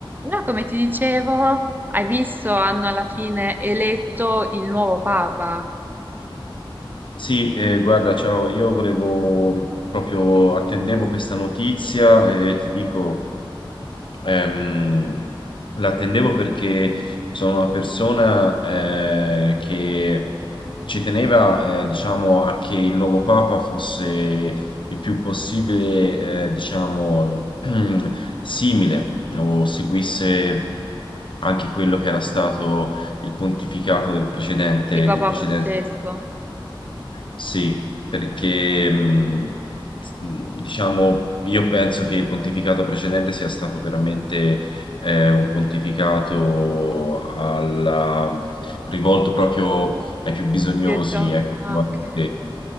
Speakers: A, on the right; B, on the left.
A: Allora, come ti dicevo, hai visto, hanno alla fine eletto il nuovo Papa
B: Sì, eh, guarda, ciao, io volevo proprio attendevo questa notizia e ti dico, ehm, l'attendevo perché sono una persona eh, che ci teneva, eh, diciamo, a che il nuovo Papa fosse il più possibile, eh, diciamo, <clears throat> simile o seguisse anche quello che era stato il pontificato del precedente,
A: di Papa
B: del precedente.
A: Francesco.
B: Sì, perché mh, diciamo, io penso che il pontificato precedente sia stato veramente eh, un pontificato alla- rivolto proprio ai più bisognosi,
A: Pier Gio-
B: ecco,
A: Ah,
B: dei-
A: ok.